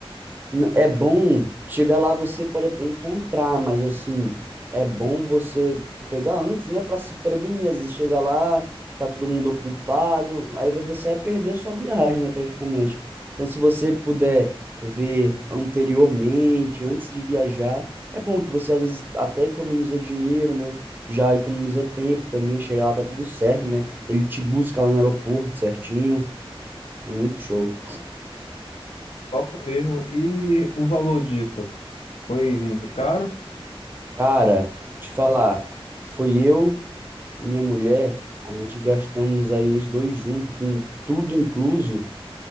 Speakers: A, on the right (about 20°); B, on the left (about 80°).
A: N- É bom, chegar lá você pode até encontrar, mas assim, é bom você pegar antes, né, para se prevenir. Às vezes chega lá, tá todo mundo ocupado, aí vai- você vai perder a sua viagem, né, praticamente. Então, se você puder ver anteriormente, antes de viajar, é bom que você às vezes até economiza dinheiro, né? Já economiza tempo também, chegar lá tá tudo certo, né? Ele te busca lá no aeroporto certinho, é muito show.
B: Top mesmo. E o valor disso? Foi muito caro,
A: Cara, te falar, foi eu e minha mulher, a gente gastamos aí os dois juntos, com tudo incluso,